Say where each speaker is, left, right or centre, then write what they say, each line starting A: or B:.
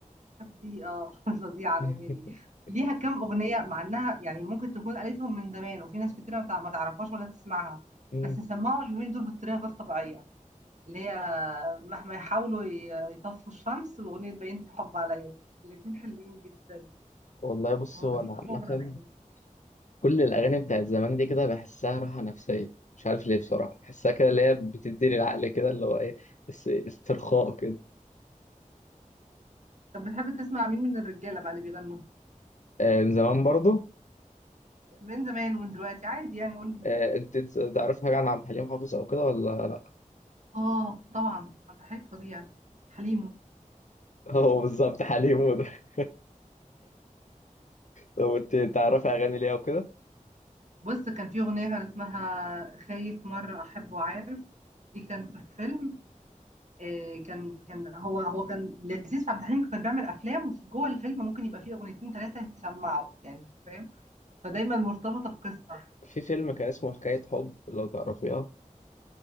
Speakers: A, on the right; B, on the left.
A: دي اه <laughs> فظيعه
B: <laughs>
A: الاغنيه دي ليها كام اغنيه مع انها يعني ممكن تكون قالتهم من زمان وفي ناس كتير ما تع- ما تعرفهاش ولا تسمعها
B: مم.
A: بس سمعوا اليومين دول بطريقه غير طبيعيه اللي هي مهما يحاولوا ي- يطفوا الشمس واغنيه بينت الحب عليا دي الاتنين حلوين جدا
B: والله بص
A: واخدين
B: هو انا عامة
A: شهره الايام دي.
B: كل الاغاني بتاعت زمان دي كده بحسها راحة نفسية مش عارف ليه بصراحة بحسها كده اللي هي بتديني العقل كده اللي هو ايه است- استرخاء كده
A: طب بتحب تسمع مين من الرجاله بقى اللي بيغنوا
B: آه من زمان برضه
A: من زمان ومن دلوقتي عادي يعني قول لي
B: آه انت ت- تعرف حاجة عن عبد الحليم حافظ او كده ولا لا؟
A: اه طبعا عبد الحليم فظيع حليم
B: <laughs> هو بالظبط حليم هو ده <laughs> طب انت تعرفي اغاني ليه او كده؟
A: بص كان في أغنية كان اسمها خايف مرة أحب وعارف دي كان في فيلم آه، كان كان هو هو كان لذيذ في عبد الحليم كان بيعمل أفلام وفي جوه الفيلم ممكن يبقى فيه أغنيتين ثلاثة يسمعوا يعني فاهم فدايما مرتبطة بقصة
B: في فيلم كان اسمه حكاية حب لو تعرفيها